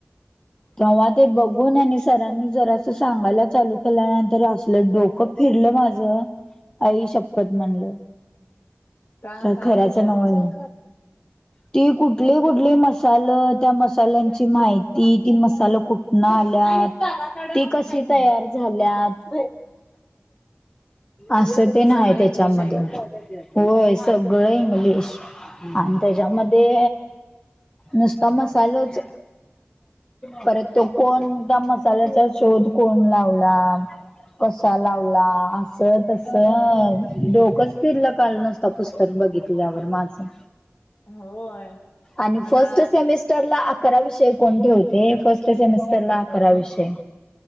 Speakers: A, on the left; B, on the left.
A: तेव्हा ते बघून, गून आणि सरांनी जरा असं सांगायला चालू केल्यानंतर असलं डोकं फिरलं माझं. आईशप्पथ म्हणलं.
B: का
A: काय खऱ्याच
B: आहे त्यात
A: नव्ह
B: अजून
A: हे. ती कुठली कुठली मसाल त्या मसाल्यांची माहिती ती मसाल कुठ कुठनं आल्यात ती कशी
B: हम्म
A: तयार, झाल्यात असं तेन
B: सगळं
A: हाय त्यांच्यामध्ये.
B: इंग्लिश आहे का
A: व्हय सगळं इंग्लिश आणि त्यांच्यामध्ये नुस्ता मसालच, परत तो कोण त्या मसाल्याचा शोध कोण लावला कसा लाव ला असं तसं डोकच फिरल काल नसत पुस्तक बघितल्यावर माझं.
B: होय
A: आणि
B: आता
A: फर्स्ट सेमिस टर ला अकरा विषय कोण ठेवते होते फर्स्ट सेमेस्टरला अकरा विषय.